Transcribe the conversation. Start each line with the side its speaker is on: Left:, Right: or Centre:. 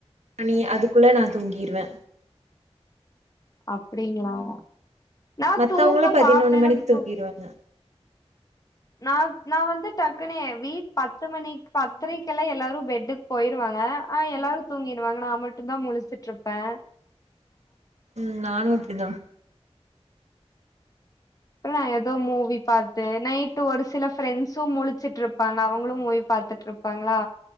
Right: மணி அதுக் குள்ள நா தூங்கிருவே
Left: அப்பிடிங்களா நா
Right: மத்தவங்களா
Left: தூங்க
Right: பதினொன்னு
Left: பாப்பே எனக்கு
Right: மணிக்கு தூங்கிருவாங்க
Left: தூ நா நா வந்து டக்குனு யேன் வீட் பத்து மணிக் பத்தரைக்கெல்லா எல்லாரு பெட்டுக்கு போயிருவாங்க ஆனா எல்லாரு தூங்கிருவாங்க நா மட்டுந்தா முழிச்சிட்ருப்பே
Right: ம் நானு அப்டிதா
Left: சும்மா ஏதோ மூவி பாத்து நைட்டு் ஒரு சில ப்ரெண்ட்ஸு முழிச்சுட்ருப்பாங்க அவுங்களு மூவி பாத்துட்ருப்பாங்களா